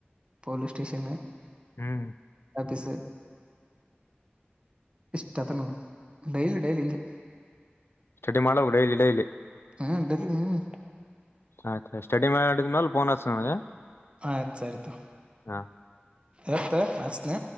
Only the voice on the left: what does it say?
ಹ್ಮ್
ಸ್ಟಡಿ ಮಾಡ ಡೈಲಿ ಡೈಲಿ
ಆಯ್ತಾಯ್ ಸ್ಟಡಿ ಮಾಡಿದ್ಮ್ಯಲೆ ಫೋನ್ ಆತ್ಸ ನನಗೆ <unintelligible>
ಹಾ